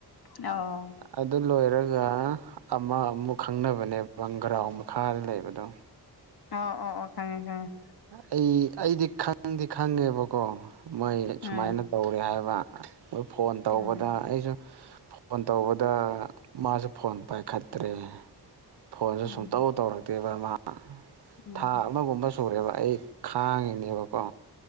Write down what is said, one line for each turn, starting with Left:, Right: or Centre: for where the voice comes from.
Left: ꯑꯣ
Right: ꯑꯗꯨ ꯂꯣꯏꯔꯒ ꯑꯃ ꯑꯃꯨꯛ ꯈꯪꯅꯕꯅꯦꯕ ꯒ꯭ꯔꯥꯎ ꯃꯈꯥꯗ ꯂꯩꯕꯗꯣ
Left: ꯑꯣ ꯑꯣ ꯑꯣ ꯈꯪꯉꯦ ꯈꯉꯦ
Right: ꯑꯩ ꯑꯩꯗꯤ ꯈꯪꯗꯤ ꯈꯪꯉꯦꯕꯀꯣ ꯃꯣꯏ
Left: ꯈꯪꯉꯦ
Right: ꯁꯨꯃꯥꯏꯅ ꯇꯧꯔꯦ ꯍꯥꯏꯕ ꯃꯣꯏ ꯐꯣꯟ ꯇꯧꯕꯗ
Left: ꯎꯝ
Right: ꯑꯩꯁꯨ ꯐꯣꯟ ꯇꯧꯕꯗ ꯃꯥꯁꯨ ꯐꯣꯟ ꯄꯥꯏꯈꯠ ꯇꯔ꯭ꯦ ꯐꯣꯟꯁꯨ
Left: ꯎꯝ
Right: ꯁꯨꯡꯇꯧ ꯇꯧꯔꯛꯇꯦꯕ ꯃꯥ
Left: ꯎꯝ ꯎꯝ
Right: ꯊꯥ ꯑꯃꯒꯨꯝꯕ ꯁꯨꯔꯦꯕ ꯑꯩ ꯈꯥꯡꯉꯤꯅꯦꯕꯀꯣ